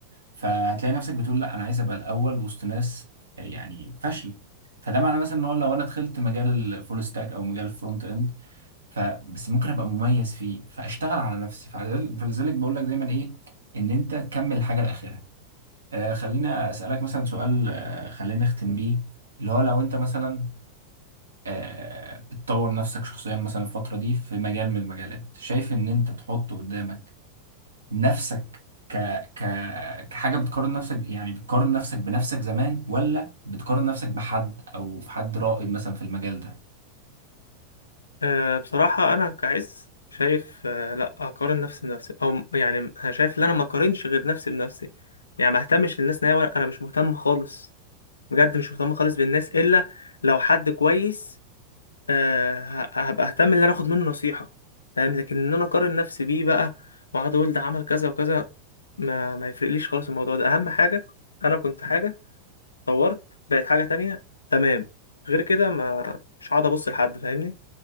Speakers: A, on the right; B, on the left.
A: فهتلاقي نفسك بتقول لا انا عايز ابقى الاول وسط ناس يعني فاشله فده معناه مثلا ان هو لو انا دخلت مجال الفول ستاك او مجال الفرونت اند فبس ممكن ابقى مميز فيه فاشتغل على نفسي فعل- فلذلك بقول لك دايما ايه ان انت تكمل الحاجه لاخرها آه خلينا اسالك مثلا سؤال آه خلينا نختم بيه اللي هو لو انت مثلا آه بتطور نفسك شخصيا مثلا الفتره دي في مجال من المجالات شايف ان انت تحط قدامك نفسك ك... ك... كحاجة بتقارن نفسك يعني بتقارن نفسك بنفسك زمان ولا بتقارن نفسك بحد أو في حد رائد مثلا في المجال ده
B: أه بصراحة انا كعز شايف أه لا اقارن نفسي بنفسي او م- يعني أنا شايف ان انا ما اقارنش غير نفسي بنفسي يعني ما اهتمش للناس نهائي وانا أنا مش مهتم خالص بجد مش مهتم خالص بالناس الا لو حد كويس آه ه- هبقى اهتم ان انا اخد منه نصيحة فاهم لكن ان انا اقارن نفسي بيه بقى واقعد اقول ده عمل كذا وكذا ما ما يفرقليش خالص الموضوع ده اهم حاجة انا كنت حاجة طورت بقت حاجة تانية تمام غير كده ما مش هقعد ابص لحد فاهمني يعني